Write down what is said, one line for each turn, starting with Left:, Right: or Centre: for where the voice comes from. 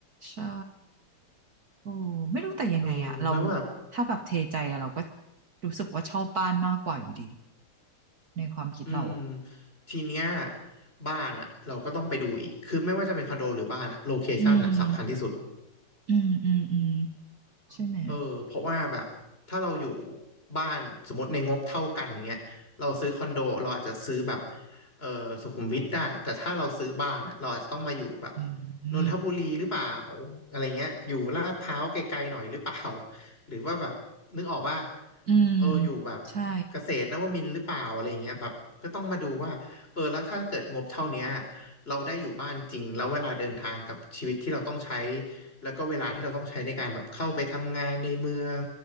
Right: ใช่โอ้ไม่รู้แต่ยังไงอ่ะเรา
Left: เออแล้วแบบ
Right: ถ้าแบบเทใจอะเราก็รู้สึกว่าชอบบ้านมากกว่าอยู่ดีในความคิดเราอ่ะ
Left: อืมทีเนี้ยบ้านอ่ะเราก็ต้องไปดูอีกคือไม่ว่าจะเป็นคอนโดหรือบ้านอ่ะโลเคชันอ่ะสำคัญที่สุด
Right: อืมอืมอืมอืมใช่ไหม
Left: เออเพราะว่าแบบถ้าเราอยู่บ้านสมมติในงบเท่ากันอย่างเงี้ยเราซื้อคอนโดเราอาจจะซื้อแบบเออสุขุมวิทได้แต่ถ้าเราซื้อบ้านอะเราอาจจะต้องมาอยู่แบบ
Right: อื
Left: นนทบุรีหรือเปล่า
Right: ม
Left: อะไรเงี้ยอยู่ลาดพร้าวไกลๆหน่อยหรือเปล่า <laughs> หรือว่าแบบนึกออกป่ะ
Right: อืม
Left: เอออยู่แบบ
Right: ใช่
Left: เกษตรนวมินทร์หรือเปล่าอะไรเงี้ยแบบก็ต้องมาดูว่าเออแล้วถ้าเกิดงบเท่าเนี้ยเราได้อยู่บ้านจริงแล้วเวลาเดินทางกับชีวิตที่เราต้องใช้ แล้วก็เวลาที่เราต้องใช้ในการแบบเข้าไปทำงานในเมือง